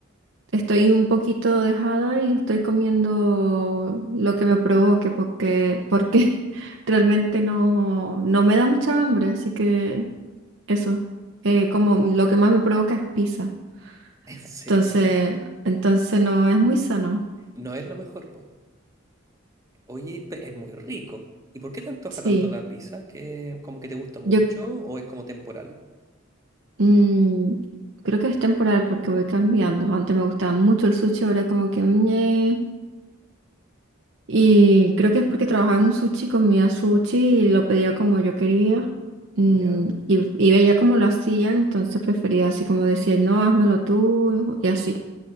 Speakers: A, on the right; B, on the right.
A: estoy un poquito dejada y estoy comiendo lo que me provoque porque porque <laughs> realmente no no me da mucha hambre, así que eso, eh, como lo que más me provoca es pizza.
B: <laughs> ¿En serio?
A: Entonces, entonces no es muy sano.
B: No es lo mejor, po. Oye, pe- es muy rico. ¿Y por qué te antoja
A: Sí,
B: tanto la pizza? ¿Que como que te gusta mucho
A: yo
B: o es como temporal?
A: mm, creo que es temporal porque voy cambiando. Antes me gustaba mucho el sushi, ahora como que... ñe. Y creo que es porque trabajaba en un sushi, comía sushi y lo pedía como yo quería. Mm,
B: Ya,
A: y, y veía cómo lo hacían, entonces prefería así como decía, no, házmelo tú y así,